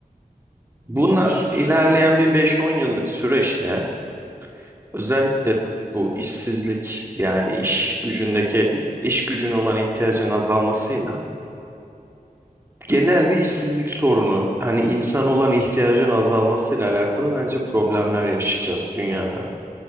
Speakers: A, on the right (about 70°); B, on the right (about 15°).
A: Hmm,
B: Bunlar
A: bak şöyle
B: ilerleyen
A: düşün.
B: bir beş-on yıllık süreçte Özellikle bu işsizlik yani iş gücündeki iş gücüne olan ihtiyacın azalmasıyla genel bir işsizlik sorunu hani insan olan ihtiyacın azalmasıyla alakalı bence problemler yaşayacağız dünyada.